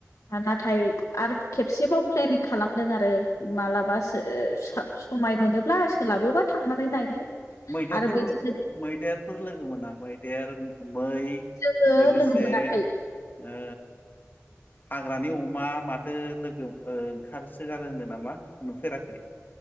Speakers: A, on the left; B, on the left.
A: नाथाय आरो खेबसेबाव। प्लेनिं खालामदों आरो माब्लाबाो समाय मोनोब्ला सोलाबोबा। थांनानै नायनो।
B: मैदेरफोर
A: आरो बेजों
B: मैदेरफोर लोगो मोना मैदेर। मै
A: जोङो
B: लोगोसे
A: लोगो मोनाखै
B: ओ हाग्रानि अमा माथो लोगो ओंखारसोगारो होनदों नामा नुफेराखै?